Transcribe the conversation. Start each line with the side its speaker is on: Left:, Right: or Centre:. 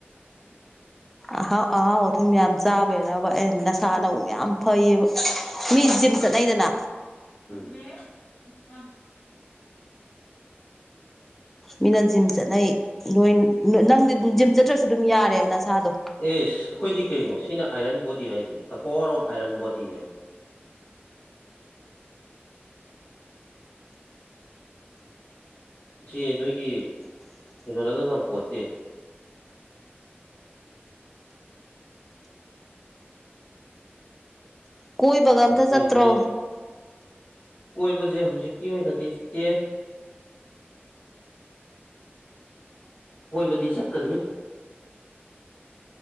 Centre: ꯑꯍꯣ ꯑꯍꯣ ꯑꯣꯊ ꯃ ꯌꯥꯖ ꯔꯕ ꯑꯩ ꯅꯁꯥꯅꯧ ꯌꯥꯝ ꯐꯩꯌꯦꯕ ꯃꯤ ꯖꯤꯝ ꯆꯠꯅꯩꯗꯅ
Left: ꯃ ꯊ
Centre: ꯃꯤꯅ ꯖꯤꯝ ꯆꯠꯅꯩ ꯅꯣꯏ ꯅꯪꯗꯤ ꯖꯤꯝ ꯆꯠꯇ꯭ꯔꯁꯨ ꯑꯗꯨꯝ ꯌꯥꯔꯦꯕ ꯅꯁꯥꯗꯣ
Left: ꯑꯩꯈꯣꯏꯗꯤ ꯀꯩꯅꯣ ꯁꯤ ꯑꯥꯏꯔꯟ ꯣꯗꯤ ꯍꯥꯏꯁꯦ ꯗ ꯄꯋꯥꯔ ꯑꯣꯐ ꯑꯥꯏꯔꯟ ꯣꯗꯤ ꯍꯥꯏ ꯁꯤ ꯅꯣꯏꯒꯤ ꯀꯩꯅꯣꯅꯒ ꯉꯄꯣꯠꯇꯦ
Centre: ꯀꯣꯏ ꯒꯝꯗ
Left: ꯅꯣꯏ
Centre: ꯆꯠꯇ꯭ꯔꯣ
Left: ꯅꯣꯏ ꯀꯣꯏꯕꯁꯦ ꯍꯧꯖꯤꯛꯀꯤ ꯑꯣꯏꯅꯗꯤ ꯆꯠꯇꯦ ꯀꯣꯏꯕꯗꯤ ꯆꯠꯀꯅꯤ <inaudible>